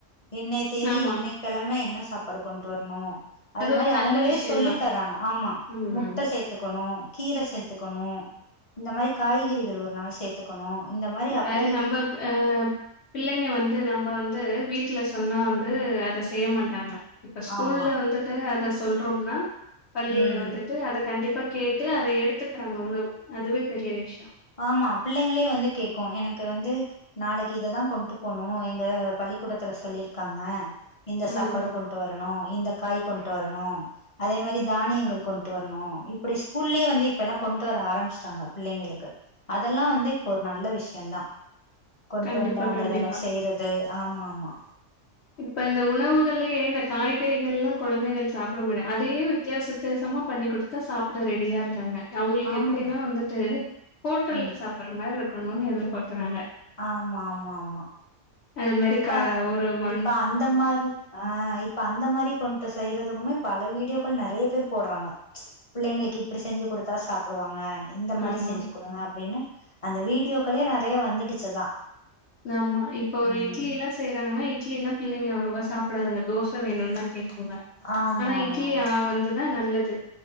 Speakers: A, on the left (about 30°); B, on the left (about 60°).
A: இன்னைய தேதி
B: ஆமா
A: இன்ன கெழம என்ன சாப் சாப்பாடு கொண்ட்டு வரணு அது மாரி
B: ஒரு நல்ல
A: அவங்களே
B: விஷயம்தான்
A: சொல்லி தராங்க ஆமா
B: ம்.
A: முட்ட சேத்துக்கணு கீர சே்த்துக்கணு இந்த மாரி காய்கறிகள் ஒரு நாள் சேத் த்துக்கணு இந்த மாரி அப்
B: அ நம்ம ஹ பிள்ளைங்க வந்து நம்ம வந்து வீட்ல சொன்னா வந்து அத செய்ய மாட் டாங்க இப்ப ஸ்கூல்ல
A: ஆமா
B: வந்துட்டு அத சொல்றோம்னா பள்ளியில
A: ம்
B: வந்துட்டு அத கண்டிப் அப்ப கேட்டு அத எடுத்துக்றாங்க உணவு அதுவே பெரிய விஷய
A: ஆமா பிள்ளைங்களே வந்து கேக்கு எனக்கு வந்து நாளைக்கு இததா கொண்ட்டு போணு எங்க பள்ளிக்கூடத்துல சொல்லிருக்காங்க இந்த சாப்பாடு
B: ம்.
A: கொண்ட்டு வரணு இந்த காய் கொண்ட்டு வரணு அதே மாரி தானியங்கள் கொண்ட்டு வர்ணு இப்பிடி ஸ்கூல்லயே வந்து இப்பெல்லா கொண்ட்டு வர ஆரம்பிச்சிட்டாங்க பிள்ளைங்களுக்கு அதெல்லா வந்து இப்போ ஒரு நல்ல விஷயந்தா கொண்ட்டு
B: கண்டிப்பா,
A: வந்த அந்த
B: கண்டிப்பா.
A: இதெல்லா செய்றது ஆமா ஆமா
B: இப்ப இந்த உணவுகள்ளயே இந்த காய்கறிகல்லா கொழந்தைக சாப்ட மாட்டே அதே வித்தியாச வித்தியசமா பண்ணி குடுத்தா சாப்பிட ரெடியா இருக்கறாங்க அவங்களுக்கு
A: ஆமா.
B: எப்படினா வந்துட்டு ஹோட்டல்
A: ம்.
B: சாப்புடுற மாரி இருக்க பண்ணுனு எதிர்பாக்குறாங்க
A: ஆமா ஆமா ஆமா
B: அது மாரி
A: இப்ப
B: கா ஒரு ம
A: இப்ப அந்த மாரி ஆ இப்ப அந்த மாரி கொண்டு செய்யறதுக்குமே பல வீடியோக்கள் நெறைய பேர் போட்றாங்க பிள்ளைங்களுக்கு இப்டி செஞ்சு குடுத்தா சாப்டுவாங்க இந்த மாரி
B: ஆமா
A: செஞ்சு குடுங்க அப்டின்னு அந்த வீடியோக்களே நெறைய வந்துடுச்சுதா.
B: ஆமா இப் இப்ப ஒரு
A: ம்
B: இட்லி எல்லா செய்றாங்கன்னா இ்ட்லில்லா பிள்ளைங்க அவ்ளோவா சாப்புட்றதில்ல தோச வேணுன்னுதா
A: ம்
B: கேக்குங்க
A: ஆமா
B: ஆனா
A: ஆமா
B: இட்லி
A: ஆமா
B: அ வந்துதா நல்ல து